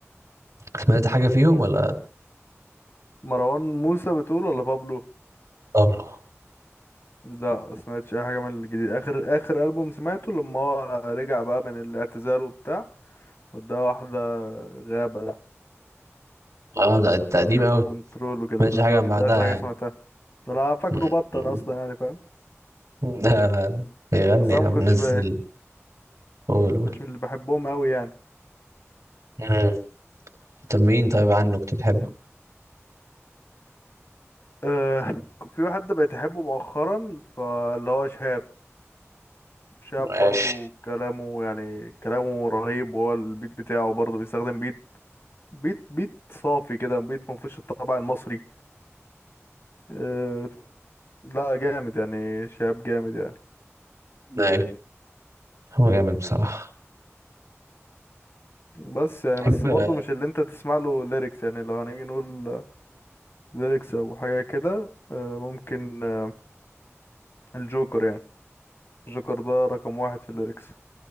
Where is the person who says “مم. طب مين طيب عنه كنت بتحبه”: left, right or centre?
Right